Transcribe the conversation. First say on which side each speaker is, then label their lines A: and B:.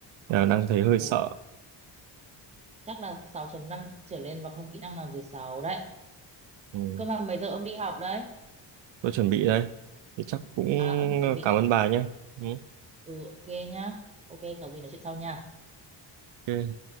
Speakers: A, on the right; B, on the right.
A: Là đang thấy hơi
B: ồ,
A: sợ
B: chắc là sáu chấm năm trở lên và không kỹ năng nào dưới 6 đấy.
A: Ừ,
B: Cơ mà mấy giờ ông đi học đấy?
A: tôi chuẩn bị đây thì chắc cũng
B: À ông chuẩn
A: ờ,
B: bị
A: cảm
B: à?
A: ơn bà nhé Ừ,
B: Ừ ok nhá. Ok có gì nói chuyện sau nha.
A: ok.